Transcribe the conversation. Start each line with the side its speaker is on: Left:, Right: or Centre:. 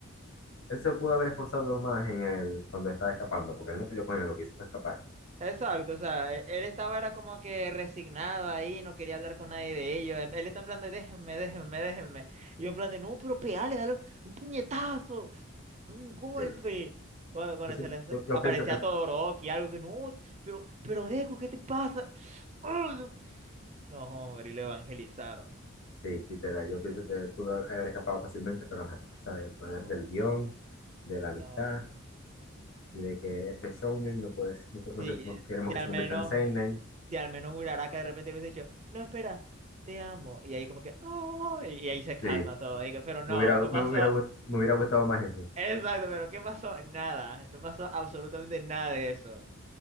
Left: él se pudo haber esforzado más en el, cuando estaba escapando, porque él no peleó con él, lo que hizo fue escapar.
Right: Exacto, o sea, e- él estaba era como que resignado ahí, no quería hablar con nadie de ellos. Él él está en plan de déjenme, déjenme, déjenme. Y yo en plan de no, pero pegale, dale un puñetazo, un golpe.
Left: Sí.
Right: Bueno, cuando
Left: Yo, sí-
Right: se les
Left: yo, yo
Right: aparecía
Left: pienso que él,
Right: Todoroki, algo que no, pero, pero Deku, ¿qué te pasa? ¡Ah! No, hombre, y lo evangelizaron.
Left: sí, literal, yo pienso que pudo haber escapado fácilmente, pero ajá, sabe, el poder
Right: No,
Left: del guión, de la amistad
Right: no, no.
Left: y de que este shounen no puede, ser- no, se- no,
Right: Sí,
Left: se- no queremos
Right: sí,
Left: que
Right: al
Left: se convierta
Right: menos.
Left: en seinen.
Right: Si al menos un Uraraka de repente le hubiese dicho, no, espera, te amo. Y ahí como que, oh, y y ahí se calma
Left: Sí,
Right: todo. Y Digo, pero no,
Left: me hubiera,
Right: no
Left: me
Right: pasó.
Left: hubiera, gust- me hubiera gustado más eso.
Right: Exacto, pero ¿qué pasó? Nada. No pasó absolutamente nada de eso.